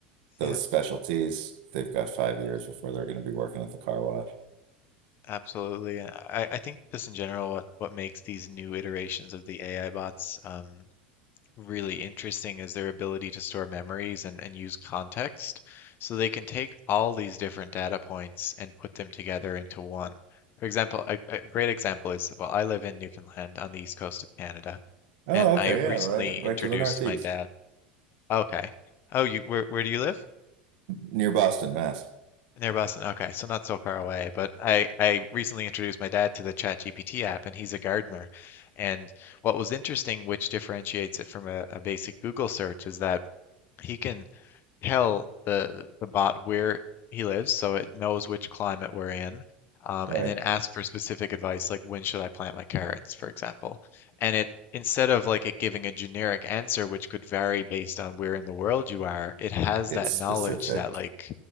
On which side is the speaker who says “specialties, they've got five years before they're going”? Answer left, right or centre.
Right